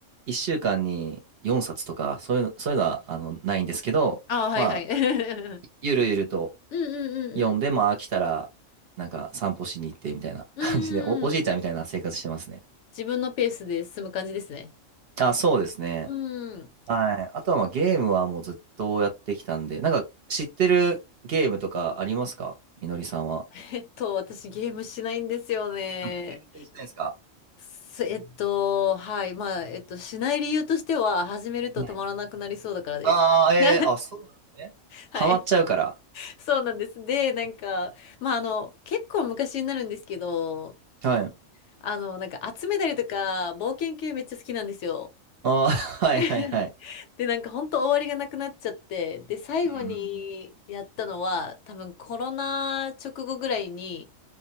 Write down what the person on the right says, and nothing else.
1週間に4冊とか、そういうの、そういうのは、あの、ないんですけど、
まあ、
ゆるゆると
読んで、まあ飽きたら、なんか散歩しに行ってみたいな感じで、
お、おじいちゃんみたいな生活してますね。
あ、そうですね。
はい。あとはまあゲームはもうずっとやってきたんで、なんか知ってるゲームとかありますかみのりさんは。
あ全然しないですか
ね。ああ、えー、
あ、そうなんですね。
ハマっちゃうから。
はい。
ああ、<laughs> はいはいはい。
うんうんうん